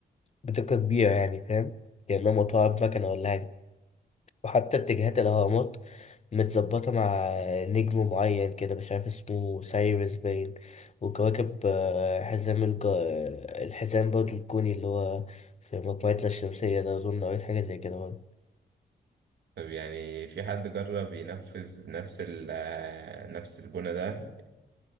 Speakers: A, on the left; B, on the right.
A: بدقة كبيرة يعني فاهم كأنها مقطوعة بمكنة ولا حاجة وحتى اتجاهات الهرمات متظبطة مع نجم معين كده مش عارف اسمه سايرس باين وكواكب آه، حزام الج... آه، الحزام برضه الكوني اللي هو في مجموعتنا الشمسية ده أظن قريت حاجة زي كده برضه
B: طب يعني في حد جرب ينفذ نفس ال آه، نفس البنى ده